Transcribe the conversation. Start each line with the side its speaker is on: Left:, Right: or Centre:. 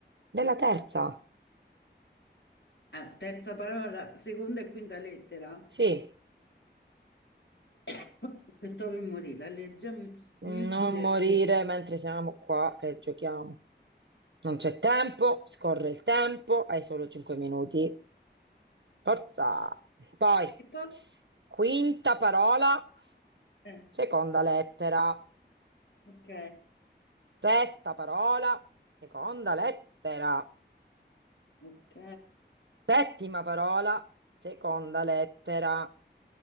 Right: Della terza.
Left: Ah, terza parola, seconda e quinta lettera?
Right: Sì,
Left: <coughs> E Stavo per morire, l'allergia mi, uc- mi
Right: non
Left: uccideva.
Right: morire mentre siamo qua che giochiamo. Non c'è tempo, scorre il tempo, hai solo 5 minuti. Forza. Poi,
Left: E poi,
Right: quinta parola,
Left: eh,
Right: seconda lettera.
Left: ok,
Right: Sesta parola, seconda lettera.
Left: ok,
Right: Settima parola, seconda lettera.